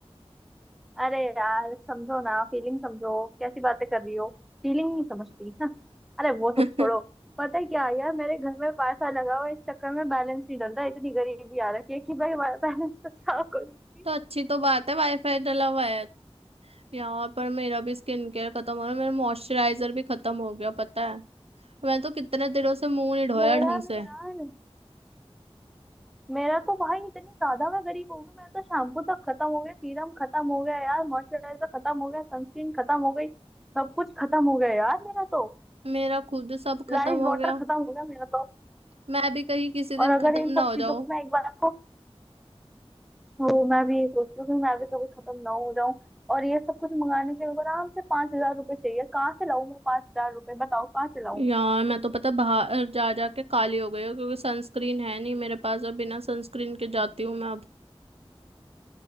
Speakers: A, in the centre; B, on the right.
A: अरे यार समझो ना फीलिंग समझो कैसी बातें कर रही हो फीलिंग नहीं समझती हाँ। अरे
B: <laughs>
A: वो सब
B: तो
A: छोड़ो पता है क्या यार मेरे घर में वाईफाई लगा हुआ है, इस चक्कर में बैलेंस नहीं डल रहा है, इतनी गरीबी आ रखी है कि भाई बैलेंस तो क्या करूंगी
B: अच्छी तो बात है वाईफाई डला हुआ है यार पर मेरा भी स्किन केयर खत्म हो रहा है मेरा मॉइस्चराइजर भी खत्म हो गया पता है मैं तो कितने दिनों से मुंह नहीं धोया
A: मेरा
B: ढंग से
A: भी यार मेरा तो भाई इतनी ज्यादा मैं गरीब हो गई मेरा तो शैम्पू तक खत्म हो गया सीरम खत्म हो गया यार मॉइस्चराइजर खत्म हो गया सनस्क्रीन खत्म हो गई सब कुछ खत्म हो गया यार मेरा तो
B: मेरा खुद सब खत्म
A: राइस
B: हो
A: वाटर
B: गया
A: खत्म हो गया मेरा तो
B: मैं भी कहीं किसी
A: और
B: दिन
A: अगर
B: खत्म
A: इन सब
B: ना
A: चीजों
B: हो जाऊं
A: को मैं एक बार को वो मैं भी ये सोचती हूँ कि मैं भी कभी खत्म ना हो जाऊं और ये सब कुछ मंगाने के लिए मेरे को आराम से पांच हजार रुपये चाहिए कहाँ से लाऊं मैं पांच हजार रुपये बताओ कहाँ से लाऊं
B: यार मैं तो पता बाहर जा जा के काली हो गई हूँ क्योंकि सनस्क्रीन है नहीं मेरे पास अब बिना सनस्क्रीन के जाती हूँ मैं अब